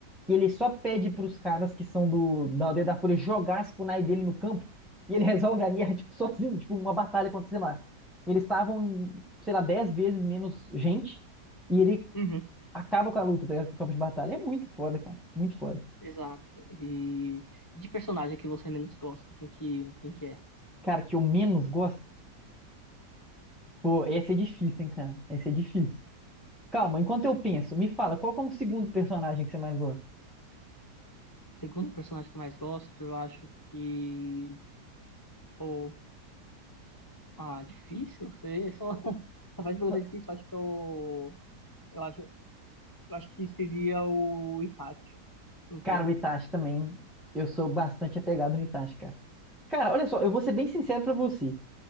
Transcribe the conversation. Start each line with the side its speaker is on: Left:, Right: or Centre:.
Centre: Que ele só pede pros caras que são do, da Aldeia da Fúria jogar as kunai dele no campo e ele <laughs> resolve a guerra, tipo, sozinho, tipo, uma batalha contra, sei lá. Eles estavam, sei lá, dez vezes menos gente e ele
Left: Uhum.
Centre: acaba com a luta, tá ligado? Com o campo de batalha. É muito foda, cara. Muito foda.
Left: Exato. E de personagem que você menos gosta, quem que, quem que é?
Centre: Cara, que eu menos gosto Pô, esse é difícil, hein, cara? Esse é difícil. Calma, enquanto eu penso, me fala, qual que é o segundo personagem que você mais gosta?
Left: Segundo personagem que eu mais gosto, eu acho que. Pô, ah, difícil? Você só, <laughs> só faz pergunta
Centre: Não,
Left: difícil. Eu acho que eu. Eu acho. Eu acho que seria o Itachi, enfim.
Centre: Cara, o Itachi também. Eu sou bastante apegado no Itachi, cara. Cara, olha só, eu vou ser bem sincero pra você.